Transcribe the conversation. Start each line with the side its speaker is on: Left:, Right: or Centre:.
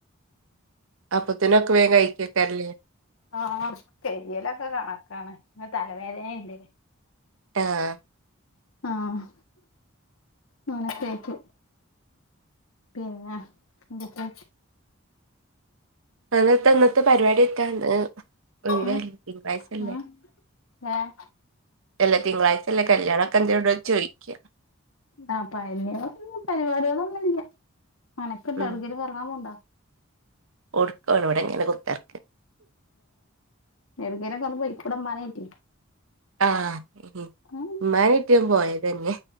Right: അപ്പൊത്തിനൊക്കെ വേഗം കഴിക്കൊക്കല്ലേ..
Left: ആഹ്... പെരിയലൊക്കെ കണക്കാണ് ഇ തലവേദനുണ്ട്.
Right: ആഹ്! !
Left: ആഹ്... ഹ്ഹ കേട്ട്... പിന്നെ എന്തൊക്കെയ...
Right: അന്നത്തെ അന്നത്തെ പരിപാടിയൊക്കെ ഉണ്ട്.... ഒ
Left: ഉം
Right: തിങ്കളാഴ്ചല്ലേ
Left: ഉം ഏഹ്
Right: എല്ല തിങ്കളാഴ്ച... ല്ല കല്യാണംക്കെ എന്തോട് ചോദിക്ക്യ
Left: ആ പഴയ പരിപാടികളൊന്നുംല്ല. മനക്ക് ഇണ്ടവിടുല്
Right: ഉം
Left: കറങ്ങാൻ പോണ്ട.
Right: കൊടുക്കുവാണിവിടെ ങ്ങനെ കൊടുക്കാർ
Left: ഏഹ് എടക്കയിലക്കെ പൊയ്ക്കൂടെ മഴയായിട്ട്
Right: ആഹ്
Left: ഉം
Right: ഇമ്മടെ കെട്ടിയോൻ പോയതന്നെ